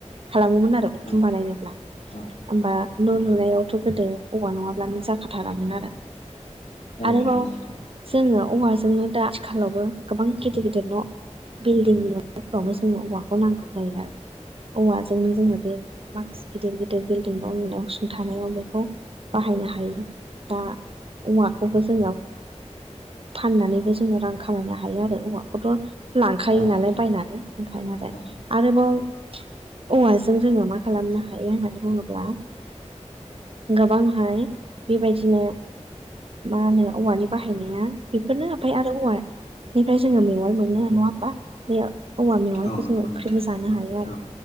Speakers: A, on the right (about 50°); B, on the left (about 75°).
A: खालामोमोन आरो उखुमबा
B: औ
A: नायनोब्ला
B: औ
A: ओमबा न' लुनायावथ' गोदो औवा नंङाब्लानो जाखाथारामोन आरो
B: औ
A: आरोबाव
B: नंगौ नोंथां
A: जोङो औवाजोंनो दा आथिखालावबो गोबां गिदिर- गिदिर न' बिल्डिं न' <unintelligible> जोङो औवाखौ नांगौ जायो आरो। औवाजोंनो जोङो बे माखासे गिदिर- गिदिर बिल्डिं न' लुनायाव सुंथानायाव बेखौ बाहायनो हायो दा औवाखौबो जोङो फाननानैबो जोङो रां खामायनो हायो आरो। औवाखौथ' लांखायो
B: औ
A: नालाय
B: नोंथां
A: बायनानै ओमफ्राय आरो
B: औ
A: आरोबाव औवाजों जोङो मा खालामनो हायो होननानै बुङोब्ला गोबांहाय बेबायदिनो मा होनो औवानि बाहायनाया बेफोरनो ओमफ्राय आरो औवा बेनिफ्राय जोङो मेवाइ मोनो नङा होमबा? बे औवा मेवाइखौ
B: औ नंगौ
A: जोंङो ओंख्रिबो
B: नोंथां
A: जानो हायो आरो
B: औ